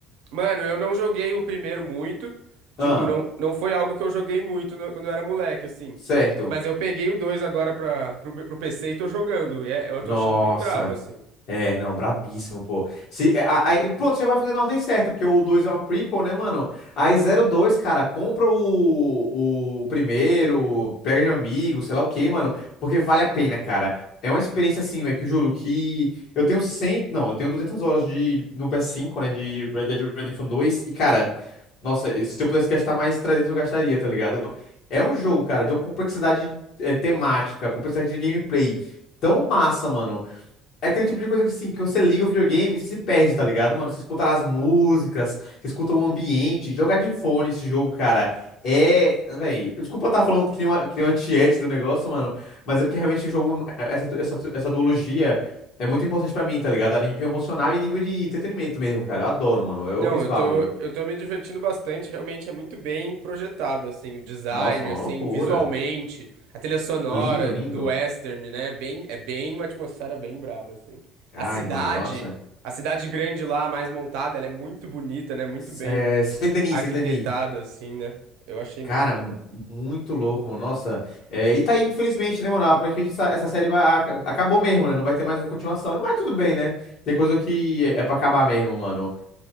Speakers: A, on the right; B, on the left.
A: Mano, eu não joguei o primeiro muito. Tipo,
B: Ah,
A: não, não foi algo que eu joguei muito na- quando eu era moleque, assim.
B: certo.
A: Mas eu peguei o dois agora pra, pro, pro PC e tô jogando. E é- eu
B: Nossa.
A: tô achando bem brabo, assim.
B: É, não, brabíssimo, pô. Se, é, a- aí, pronto, você vai fazer na ordem certa, porque o 2 é uma prequel, né, mano? Aí zero dois cara, compra o, o primeiro, pega de amigo, sei lá o quê, mano, porque vale a pena, cara. É uma experiência assim, velho, que eu juro que eu tenho 100, não, eu tenho 200 horas de, no ps cinco né, de Red Dead Redemption dois e, cara, nossa, se eu pudesse gastar mais 300, eu gastaria, tá ligado? É um jogo, cara, de uma complexidade eh, temática, complexidade de gameplay tão massa, mano é aquele tipo de coisa que, assim, que você liga o videogame e você se perde, tá ligado, mano? Você escuta lá as músicas, você escuta o ambiente. Jogar de fone esse jogo, cara, é... Véi, desculpa eu estar falando que nem uma, que nem uma tiete do negócio, mano, mas é porque realmente o jogo, é, essa, essa, essa duologia é muito importante pra mim, tá ligado? A nível emocional e nível de entretenimento mesmo, cara. Eu adoro, mano. Eu
A: Não,
B: me esbaldo.
A: eu tô, eu tô me divertindo bastante. Realmente é muito bem projetado, assim. O design,
B: Nossa, uma
A: assim,
B: loucura.
A: visualmente. A trilha sonora
B: Lindo, lindo.
A: do western, né? é Bem, é bem uma atmosfera bem braba, assim.
B: Ai,
A: A cidade,
B: mano, nossa.
A: a cidade grande lá, mais montada, ela é muito bonita, né? Muito bem.
B: É, Saint Denis,
A: arquitetada,
B: Saint Denis.
A: assim, né? Eu achei
B: Cara,
A: muito legal.
B: mu- muito louco, mano. Nossa. É, e tá aí, infelizmente, né, mano? Aparentemente essa, essa série vai, aca- acabou mesmo, né? Não vai ter mais uma continuação, né? Mas tudo bem, né? Tem coisa que é, é pra acabar mesmo, mano.